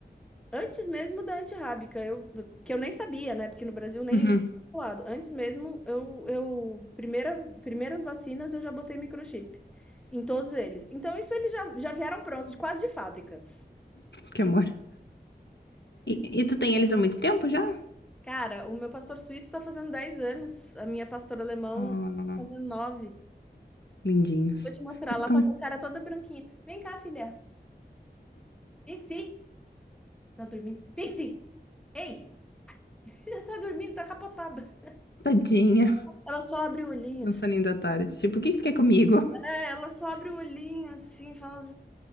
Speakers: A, in the centre; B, on the left.
A: Antes mesmo da antirrábica, eu que eu nem sabia, né? Porque no Brasil nem
B: Uhum,
A: nem lado. Antes mesmo, eu, eu primeira, primeiras vacinas eu já botei microchip em todos eles. Então isso eles já, já vieram prontos, de quase de fábrica.
B: que amor. E, e tu tem eles há muito tempo já?
A: Cara, o meu pastor suíço tá fazendo 10 anos, a minha pastora alemão
B: Oh,
A: tá fazendo nove
B: lindinhos.
A: Vou te mostrar,
B: Já estão.
A: lá tá com a cara toda branquinha. Vem cá, filha. Vixi. Tá dormindo. Pixie! Ei! <laughs> Ela Tá dormindo, tá capotada.
B: Tadinha.
A: Ela só abre o olhinho.
B: É
A: assim.
B: um soninho da tarde. Tipo, o que que tu quer comigo?
A: É, ela só abre o olhinho assim, e fala: